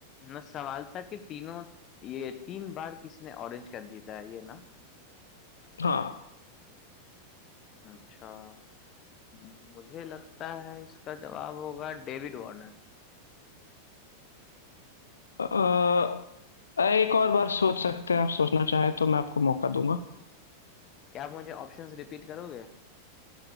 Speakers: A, on the left (about 30°); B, on the left (about 70°).
A: ना सवाल था कि तीनों ये तीन बार किसी ने ऑरेंज कैप जीता है ये ना
B: हाँ
A: अच्छा मुझे लगता है इसका जवाब होगा डेविड वार्नर
B: अ, एक और बार सोच सकते हैं आप सोचना चाहे तो मैं आपको मौका दूंगा
A: क्या आप मुझे ऑप्शंस रिपीट करोगे